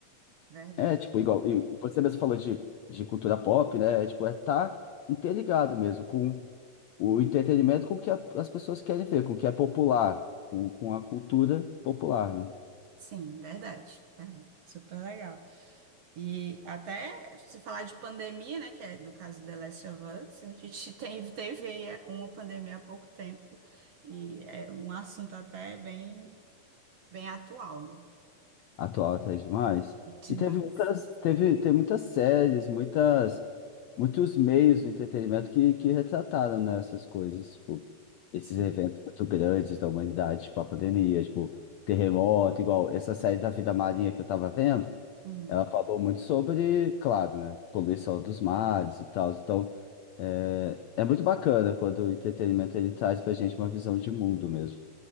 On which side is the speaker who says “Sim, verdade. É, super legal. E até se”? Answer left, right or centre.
Right